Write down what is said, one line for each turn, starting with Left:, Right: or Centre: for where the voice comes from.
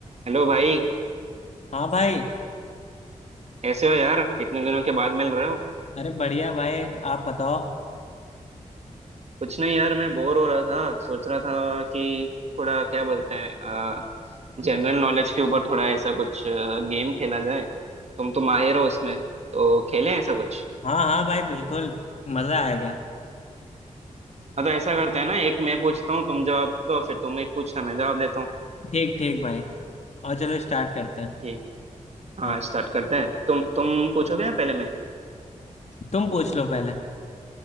Right: Hello भाई
Left: हाँ भाई
Right: कैसे हो यार इतने दिनों के बाद मिल रहे हो
Left: अरे बढ़िया भाई आप बताओ
Right: कुछ नहीं यार मैं बोर हो रहा था सोच रहा था कि थोड़ा क्या बोलते हैं जनरल नॉलेज के ऊपर थोड़ा ऐसा कुछ गेम खेला जाए तुम तो माहिर हो उसमें तो खेलें ऐसा कुछ
Left: हाँ हाँ भाई बिल्कुल मजा आएगा
Right: मतलब ऐसा करते हैं ना एक मैं पूछता हूँ तुम जवाब दो फिर तुम एक पूछना मैं जवाब देता हूँ
Left: ठीक ठीक भाई और चलो स्टार्ट करते हैं
Right: ठीक हाँ
Left: हाँ
Right: स्टार्ट करते हैं तुम तुम पूछोगे या पहले मैं
Left: तुम पूछ लो पहले